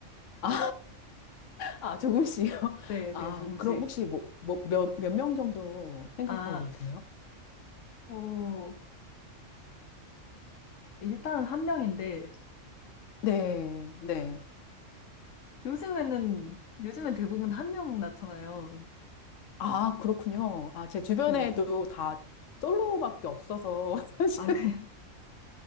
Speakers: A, on the left; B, on the left.
A: 아, 아, 조금씩요.
B: 네,
A: 아,
B: 네, 조금씩.
A: 그럼 혹시 뭐, 뭐 몇, 몇 명 정도 생각하고
B: 아,
A: 계세요?
B: 어, 일단 한 명인데,
A: 네, 네.
B: 요즘에는, 요즘엔 대부분 한 명 낳잖아요.
A: 아, 그렇군요. 아, 제 주변에도
B: 네.
A: 다 솔로밖에 없어서 <laughs> 사실
B: 아, 그래요?